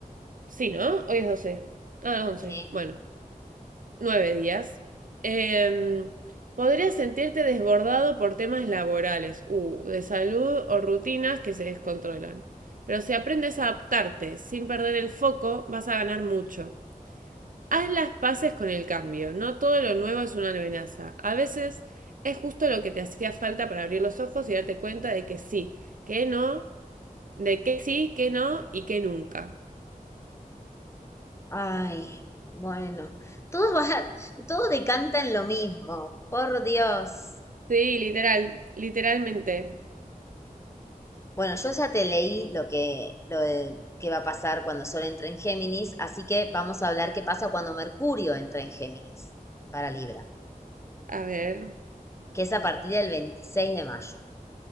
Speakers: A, on the right (about 65°); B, on the left (about 20°).
A: Sí, ¿no? Hoy es doce, Ah, once.
B: Sí.
A: Bueno. nueve días. Eh, podrías sentirte desbordado por temas laborales, uh, de salud o rutinas que se descontrolan. Pero si aprendes a adaptarte sin perder el foco, vas a ganar mucho. Haz las paces con el cambio. No todo lo nuevo es una amenaza. A veces es justo lo que te hacía falta para abrir los ojos y darte cuenta de que sí, que no, de que sí, que no y que nunca.
B: Ay, bueno, todo va, todo decanta en lo mismo, por Dios.
A: Sí, literal, literalmente.
B: Bueno, yo ya te leí lo que, lo del- que va a pasar cuando Sol entre en Géminis, así que vamos a hablar qué pasa cuando Mercurio entra en Géminis para Libra,
A: A ver.
B: que es a partir del 26 de mayo.